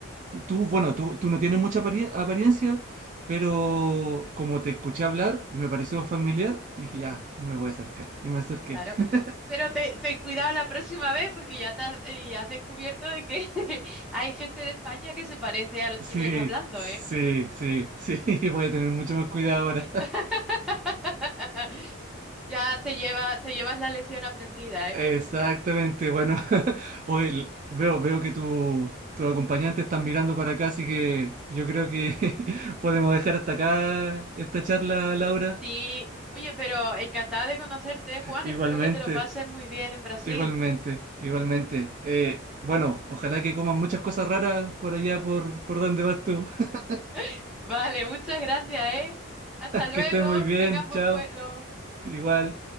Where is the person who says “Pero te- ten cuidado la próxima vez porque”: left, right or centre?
Centre